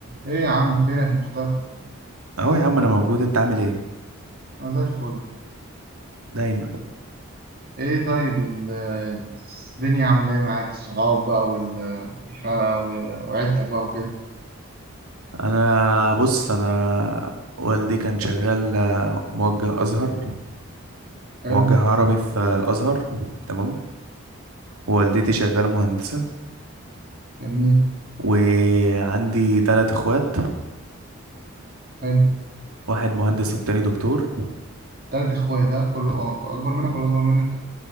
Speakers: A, on the right (about 45°); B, on the right (about 90°).
A: ايه يا عم فينك مختفي
B: اهو يا عم انا موجود انت عامل ايه
A: انا زي الفل
B: دايما
A: ايه طيب ال- الدنيا عامله ايه معاك الصحاب بقى وال مش ع- و- وعيلتك بقى وكده
B: انا بص انا والدي كان شغال آه، موجه ازهر
A: حلو
B: موجه عربي في الازهر تمام ووالدتي شغاله مهندسه
A: جميل
B: وعندي ثلاث اخوات
A: حلو
B: واحد مهندس والتاني دكتور
A: تلات اخوات ها كله أك- اكبر منك ولا اصغر منك